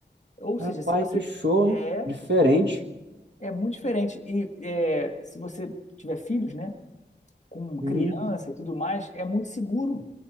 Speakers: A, on the left; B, on the right.
A: Ou
B: Rapaz,
A: seja, se você
B: que show,
A: é,
B: hein? Diferente.
A: é muito diferente. E é, se você tiver filhos, né, com criança
B: Uhum.
A: e tudo mais, é muito seguro.